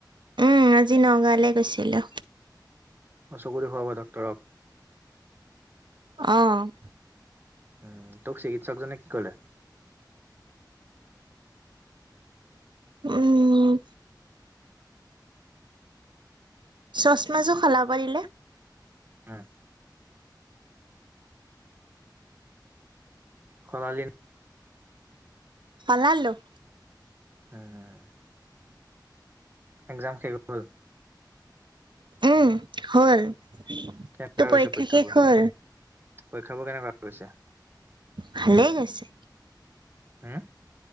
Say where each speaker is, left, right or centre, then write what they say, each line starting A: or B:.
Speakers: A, on the right; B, on the right.
A: উম আজি নগাঁৱলে গৈছিলোঁ।
B: অ'! চকু দেখুৱাব ডাক্তৰক।
A: অ'!
B: আঁ তোক চিকিৎসকজনে কি ক'লে?
A: উম! চচমা যোৰ সলাব দিলে।
B: উম, সলালি <unintelligible>
A: সলালোঁ।
B: <unintelligible> একজাম শেষ হ'ল?
A: উম! হ'ল। তোৰ
B: কেনেকুৱা গৈছে
A: পৰীক্ষা
B: পৰীক্ষাবোৰ?
A: শেষ হ'ল?
B: পৰীক্ষাবোৰ কেনেকুৱা হৈছে?
A: ভালেই গৈছে।
B: হু!